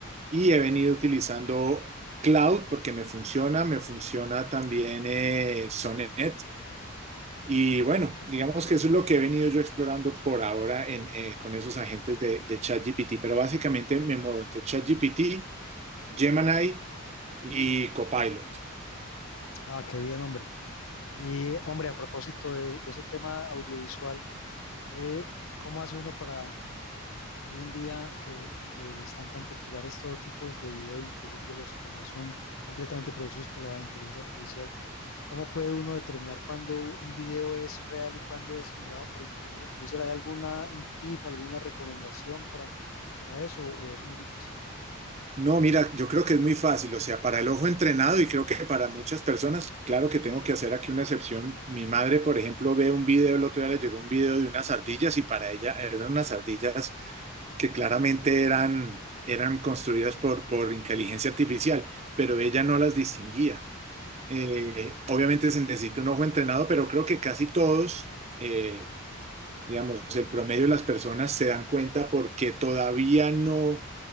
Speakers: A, on the right; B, on the left.
A: y he venido utilizando Cloud porque me funciona, me funciona también eh, Sonnet. Y bueno, digamos que eso es lo que he venido yo explorando por ahora en, eh, con esos agentes de, de ChatGPT, pero básicamente me muevo entre ChatGPT, Gemini y Copilot.
B: Ah, qué bien, hombre. Y, hombre, a propósito de, de ese tema audiovisual, eh, ¿cómo hace uno para hoy en día que, que están tan populares todos tipos de video, incluyendo los que ya son completamente producidos por la inteligencia artificial? ¿Cómo puede uno determinar cuándo un video es real y cuándo es generado por inteligencia artificial? ¿Hay alguna un tip, alguna recomendación para, para eso o es muy difícil?
A: No, mira, yo creo que es muy fácil, o sea, para el ojo entrenado y creo que para muchas personas, claro que tengo que hacer aquí una excepción. Mi madre, por ejemplo, ve un video, el otro día le llegó un video de unas ardillas y para ella eran unas ardillas que claramente eran, eran construidas por, por inteligencia artificial, pero ella no las distinguía. Eh, obviamente se necesita un ojo entrenado, pero creo que casi todos, eh, digamos, el promedio de las personas se dan cuenta porque todavía no